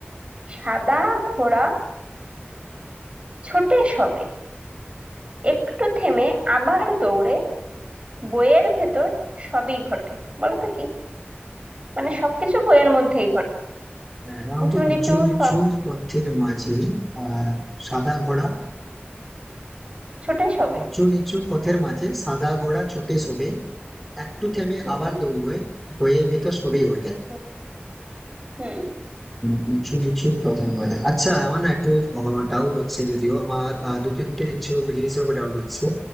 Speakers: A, on the right; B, in the centre.
A: সাদা ঘোড়া ছোটে সবে একটু থেমে আবার দৌড়ে বইয়ের ভেতর সবই ঘটে বলো তো কি মানে সবকিছু বইয়ের মধ্যেই ঘটে
B: রামচু
A: উঁচু নিচু
B: উঁচু উঁচু নিচু
A: সব
B: পথের মাঝে আহ, সাদা ঘোড়া
A: ছোটে সবে
B: উঁচু নিচু পথের মাঝে সাদা ঘোড়া ছুটে শোভে একটু থেমে
A: হুম
B: আবার দৌড়ে বইয়ের ভিতর সবই ঘটে
A: হুম হুম।
B: কিছু কিছু কথা বলে আচ্ছা আমার না একটু ডাউট হচ্ছে যদিও আমার আহ, দু তিনটে জিনিসের উপর জিনিসের উপর ডাউট হচ্ছে